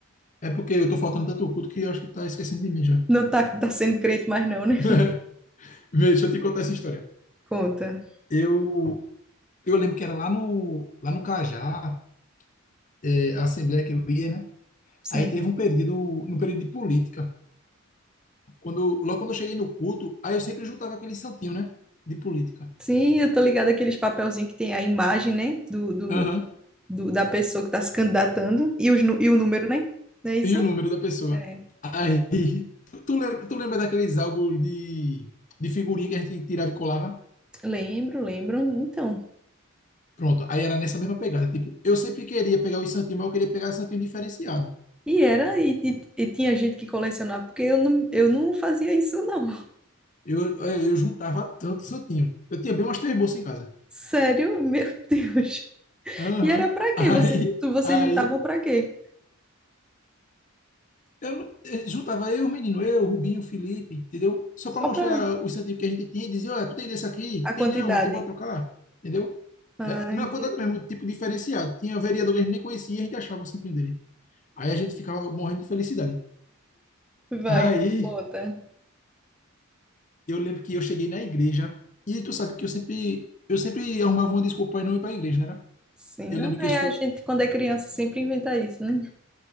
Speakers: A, on the left; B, in the centre.
A: É porque eu tô faltando tanto culto que eu acho que tá esquecendo de mim já.
B: Não tá, tá sendo crente mais não, né?
A: <laughs>
B: <laughs>
A: Vê, deixa eu te contar essa história.
B: Conta.
A: Eu... Eu lembro que era lá no, lá no Cajá, é, a assembleia que eu ia, né?
B: Sim.
A: Aí teve um período, no período de política. Quando, logo quando eu cheguei no culto, aí eu sempre juntava aquele santinho, né? De política.
B: Sim, eu tô ligada àqueles papelzinhos que tem a imagem, né? Do, do,
A: Aham.
B: do- da pessoa que tá se candidatando e, os, nu- e o número, né? Não é isso?
A: E o número da pessoa.
B: É.
A: Aí, tu, tu lembra, tu lembra daqueles álbuns de, de figurinha que a gente tirava e colava?
B: Lembro, lembro. Então.
A: Pronto. Aí era nessa mesma pegada. Tipo, eu sempre queria pegar os santinhos, mas eu queria pegar santinho diferenciado.
B: E era, e, e, e tinha gente que colecionava, porque eu não, eu não fazia isso, não.
A: Eu, eu juntava tanto santinho. Eu tinha bem umas três bolsas em casa.
B: Sério? <laughs> Meu Deus.
A: Aham.
B: E era pra quê?
A: Aí,
B: Você, tu, vocês
A: aí
B: juntavam pra quê?
A: Eu, não- eh, juntava eu, os meninos, eu, Rubinho, Felipe, entendeu? Só
B: Só
A: para mostrar
B: pra
A: o incentivo que a gente tinha e dizia, olha, tu tem desse aqui?
B: a quantidade.
A: Tem não, então bora trocar, entendeu?
B: Ah,
A: É, na
B: entendi.
A: quantidade mesmo, tipo diferenciado. Tinha vereador que a gente nem conhecia e a gente achava o santinho dele. Aí a gente ficava morrendo de felicidade.
B: Vai,
A: Aí
B: conta.
A: eu lembro que eu cheguei na igreja e tu sabe que eu sempre, eu sempre arrumava uma desculpa para não ir para a igreja, né? era?
B: Sim,
A: Eu
B: não,
A: lembro que
B: é
A: eu, escu-
B: a gente quando é criança sempre inventa isso, né?